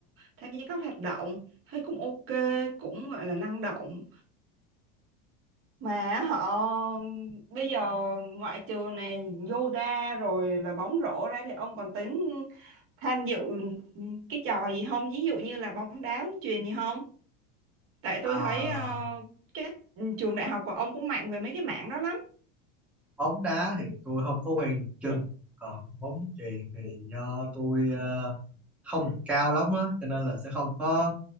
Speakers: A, on the right; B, in the centre.
A: tham gia các hoạt động thấy cũng ok cũng gọi là năng động mà họ bây giờ ngoại trừ này yoga rồi là bóng rổ ra thì ông còn tính tham dự cái trò gì không ví dụ như là bóng đá bóng chuyền gì không? tại
B: à,
A: tôi thấy ờ, các trường đại học của ông cũng mạnh về mấy cái mảng đó lắm
B: bóng đá thì tôi không có quen dùng chân còn bóng chuyền thì do tôi ờ, không được cao lắm á cho nên là sẽ không có